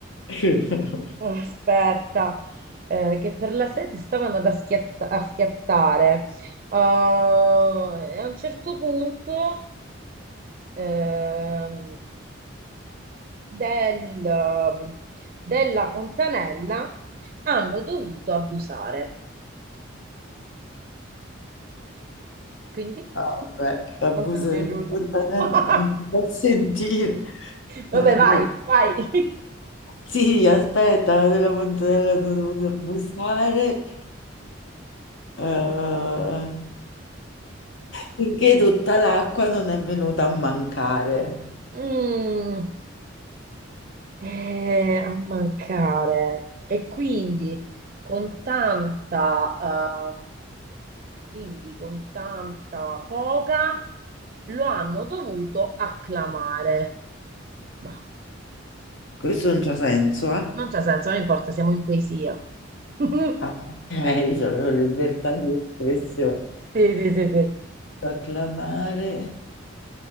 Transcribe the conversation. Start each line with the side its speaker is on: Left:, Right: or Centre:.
Left: <laughs>
Right: aspetta, eh, che per la sete stavano ad aschiatta- a schiattare. Ah, e a un certo punto ehm, del- della Fontanella hanno dovuto abusare. Quindi
Left: Ah, vabbè, l'abuso
Right: non ti è piaciuta.
Left: della fontanella
Right: <laughs>
Left: non ti fa sentire.
Right: Vabbè,
Left: Allora,
Right: vai, vai.
Left: Sì, aspetta, della fontanella non devo abusare. Eh, finché tutta l'acqua non è venuta a mancare.
Right: Mm. Eh, a mancare. E quindi con tanta ehm, quindi con tanta foga lo hanno dovuto acclamare. Ma
Left: Questo non c'ha senso, eh?
Right: non c'è senso, non importa, siamo in poesia. <laughs>
Left: Ah, <laughs> ok, c'avevo libertà di espressione.
Right: Sì, sì, sì, sì.
Left: Acclamare